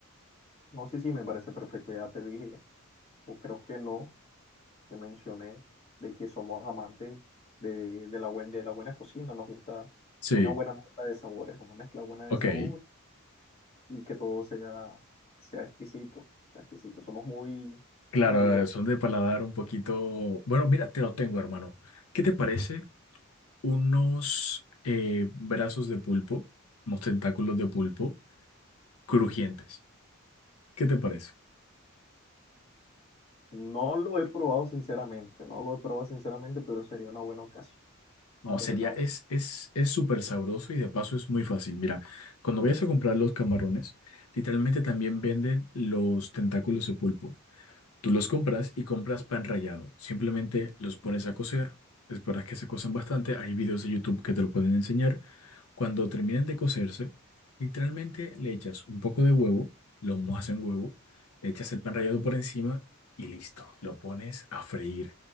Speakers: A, on the left; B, on the left.
A: No sé si me parece perfecto, ya te dije, o creo que no, te mencioné de que somos amantes de, de la, buen- de la buena cocina, nos gusta
B: Sí,
A: una buena mezcla de sabores, una mezcla buena
B: ok.
A: de sabor y que todo sea, sea exquisito, sea exquisito. Somos muy
B: Claro,
A: rigurosos
B: son de paladar un poquito. Bueno, mira, te lo tengo, hermano. ¿Qué te parece unos eh, brazos de pulpo, unos tentáculos de pulpo crujientes? ¿Qué te parece?
A: No lo he probado sinceramente, no lo he probado sinceramente, pero sería una buena ocasión.
B: No,
A: Sería
B: sería,
A: una...
B: es, es, es súper sabroso y de paso es muy fácil. Mira, cuando vayas a comprar los camarones, literalmente también venden los tentáculos de pulpo. Tú los compras y compras pan rallado. Simplemente los pones a cocer, esperas que se cocen bastante. Hay videos de YouTube que te lo pueden enseñar Cuando terminan de cocerse, literalmente le echas un poco de huevo, lo mojas en huevo, le echas el pan rallado por encima y listo, lo pones a freír.